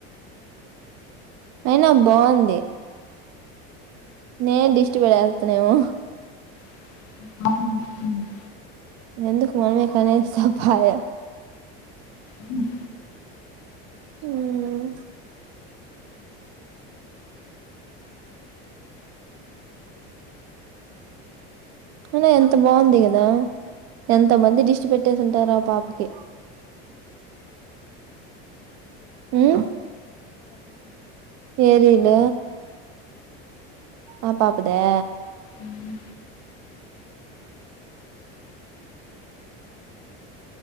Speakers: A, on the right (about 60°); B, on the left (about 50°).
A: అయిన బాంది నేన్ దిష్టి పెట్టేస్తానేమో
B: <unintelligible>
A: ఎందుకు మనమే పడేస్తే పాయా
B: మ్మ్
A: హ్మ్మ్ ఐనా ఎంత బాగుంది కదా ఎంత మంది దిష్టి పెట్టేసి ఉంటారో ఆ పాపకి హ్మ్ ఏరుళ్ల ఆ పాపదా
B: మ్మ్